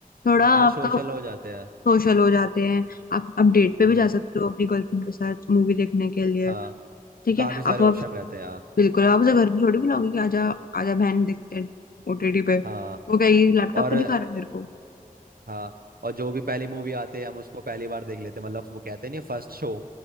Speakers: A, on the left; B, on the right.
A: थोड़ा
B: हाँ
A: आपका
B: सोशल हो जाते हैं
A: सोशल हो जाते हैं आप आप डेट पे
B: हम्म
A: भी जा सकते हो अपनी गर्लफ्रेंड के साथ मूवी देखने के लिए
B: हाँ
A: ठीक
B: काफी
A: है
B: सारे
A: आप आप
B: ऑप्शन रहते हैं हाँ
A: बिल्कुल आप उसे घर पे थोड़ी बुलाओगे कि आजा आजा बहन देखते हैं ओटीटी पे
B: हाँ
A: वो कहेगी लैपटॉप
B: और
A: पे दिखा रहा है मेरे को
B: हाँ और जो भी पहली मूवी आते हैं हम उसको पहली बार देख लेते हैं मतलब वो कहते नहीं फर्स्ट शो